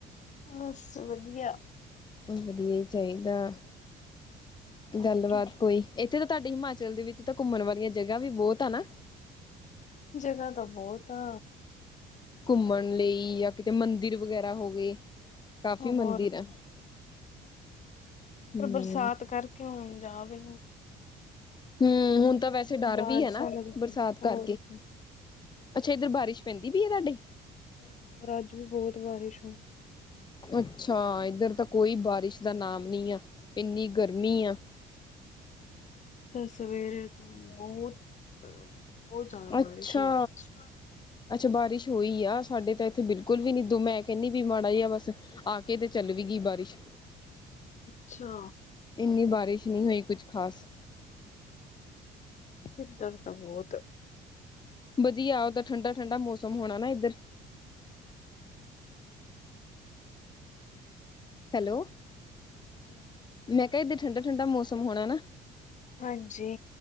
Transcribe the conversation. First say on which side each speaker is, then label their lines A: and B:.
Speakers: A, on the left; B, on the left.
A: ਬਸ ਵਧੀਆ।
B: ਵਧੀਆ ਹੀ ਚਾਹੀਦਾ।
A: ਹੋਰ
B: ਗੱਲਬਾਤ ਕੋਈ ਇੱਥੇ ਤਾਂ ਤੁਹਾਡੇ ਹਿਮਾਚਲ ਦੇ ਵਿੱਚ ਤਾਂ ਘੁੰਮਣ ਵਾਲੀਆਂ ਜਗ੍ਹਾ ਵੀ ਬਹੁਤ ਆ ਨਾ।
A: ਜਗ੍ਹਾ ਤਾਂ ਬਹੁਤ ਆ।
B: ਘੁੰਮਣ ਲਈ ਜਾਂ ਕਿਤੇ ਮੰਦਿਰ ਵਗੈਰਾ ਹੋ ਗਏ। ਕਾਫੀ
A: ਹੋਰ
B: ਮੰਦਿਰ
A: ਕੀ,
B: ਐ। ਹੂੰ।
A: ਪਰ ਬਰਸਾਤ ਕਰਕੇ ਹਣ ਜਾਵੇ
B: ਹਮ ਹੁਣ ਤਾਂ ਵੈਸੇ ਡਰ ਵੀ
A: ਬਾਰਿਸ਼ਾਂ
B: ਹੈ ਨਾ
A: ਲੱਗਦੀ
B: ਬਰਸਾਤ
A: ਹੋਰ
B: ਕਰਕੇ
A: ਕੀ
B: ਅੱਛਾ ਇੱਧਰ ਬਾਰਿਸ਼ ਪੈਂਦੀ ਹੈ ਤੁਹਾਡੇ
A: ਹੋਰ ਅੱਜ ਵੀ ਬਹੁਤ ਬਾਰਿਸ਼ ਹੋਈ।
B: ਅੱਛਾ। ਇੱਧਰ ਤਾਂ ਕੋਈ ਬਾਰਿਸ਼ ਦਾ ਨਾਮ ਨੀਆ। ਇੰਨੀ ਗਰਮੀ ਆ।
A: ਤਾਂ ਸਵੇਰੇ ਤੋਂ ਬਹੁਤ -ਬਹੁਤ ਜ਼ਿਆਦਾ ਬਾਰਿਸ਼
B: ਅੱਛਾ।
A: ਹੋਈ। ਅੱਛ
B: ਅੱਛਾ ਬਾਰਿਸ਼ ਹੋਈ ਆ। ਸਾਡੇ ਤਾਂ ਇੱਥੇ ਬਿਲਕੁਲ ਵੀ ਨੀ, ਦੋ ਮੈਂ ਕਹਿੰਦੀ ਵੀ ਮਾੜਾ ਜ ਆ ਬਸ ਆ ਕੇ ਤੇ ਚੱਲ ਵੀਗੀਈ ਬਾਰਿਸ਼।
A: ਅੱਛਾ।
B: ਇੰਨੀ ਬਾਰਿਸ਼ ਨਹੀਂ ਹੋਈ, ਕੁਝ ਖਾਸ
A: ਇਧਰ ਤਾਂ ਬਹੁਤ
B: ਵਧੀਆ ਆ। ਤਾਂ ਠੰਡਾ-ਠੰਢਾ ਮੌਸਮ ਹੋਣਾ ਨਾ ਇੱਧਰ?
A: ਹਾਂਜੀ
B: ਹੈਲੋ,
A: ਹਾਂਜੀ
B: ਮੈਂ ਕਿਹਾ ਇਏਧਾਂ ਠੰਡਾ- ਠੰਡਾ ਮੌਸਮ ਹੋਣਾ ਨਾ।
A: ਹਾਂਜੀ